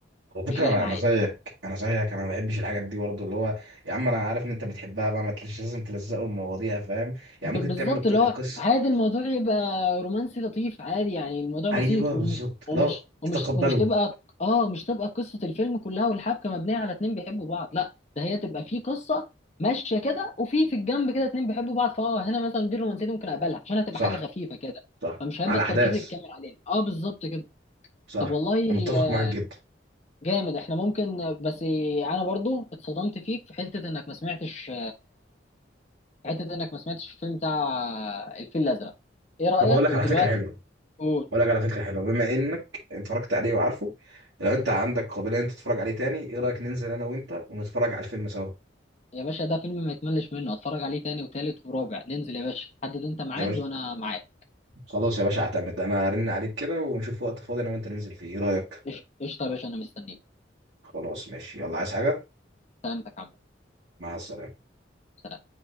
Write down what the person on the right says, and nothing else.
على فكره
انا
انا زيك انا زيك انا ما بحبش الحاجات دي برضه اللي هو يا عم انا عارف ان انت بتحبها بقى ما تلش لازم تلزقوا المواضيع فاهم يعني
ممكن
تعمل الق-
القصه
ايوه
بالظبط
لا
تتقبله
صح
صح
على
احداث
صح
انا متفق
معاك جدا
طب هقول لك
على فكره حلوه
هقول لك على فكره حلوه بما انك اتفرجت عليه وعارفه لو انت عندك قابليه انت تتفرج عليه تاني ايه رايك ننزل انا وانت ونتفرج على الفيلم سوا
يا باشا
خلاص يا باشا اعتمد انا هرن عليك كده ونشوف وقت فاضي انا وانت ننزل فيه ايه رايك
خلاص ماشي يلا عايز حاجه
مع السلامه